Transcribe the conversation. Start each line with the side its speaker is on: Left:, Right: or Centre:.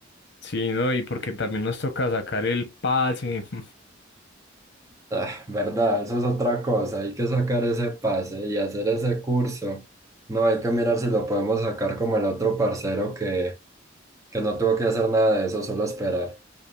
Left: Sí, ¿no? Y porque también nos toca sacar el pase. <laughs>
Right: Ah, ¿verdad? Eso es otra cosa, hay que sacar ese pase y hacer ese curso. No hay que mirar si lo podemos sacar como el otro parcero que, que no tuvo que hacer nada de eso, solo esperar.